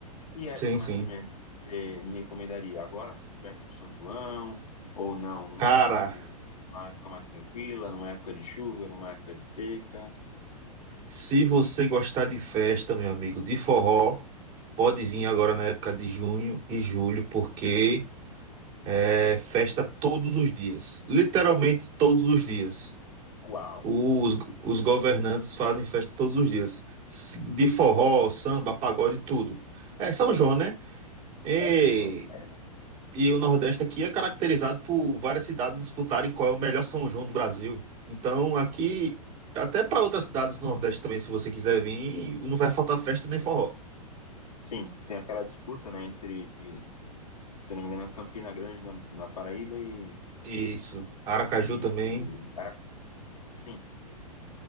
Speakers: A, on the left; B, on the right.
A: Que época,
B: Sim, sim.
A: mais ou menos, você me recomendaria? Agora, perto do São João? Ou não, num
B: Cara,
A: lugar mais, num- numa época mais tranquila, numa época de chuva, numa época de seca?
B: Se você gostar de festa, meu amigo, de forró, pode vir agora na época de junho e julho, porque é festa todos os dias. Literalmente todos os dias.
A: Uau!
B: Os, os governantes fazem festa todos os dias. De forró, samba, pagode, tudo. É São João, né? E
A: É São João, merece.
B: e o Nordeste aqui é caracterizado por várias cidades disputarem qual é o melhor São João do Brasil. Então, aqui, até para outras cidades do Nordeste também, se você quiser vir, não vai faltar festa nem forró.
A: Sim, tem aquela disputa, né, entre, se não me engano, Campina Grande na, na Paraíba e,
B: Isso. Aracaju
A: e,
B: também.
A: e Ara- Sim,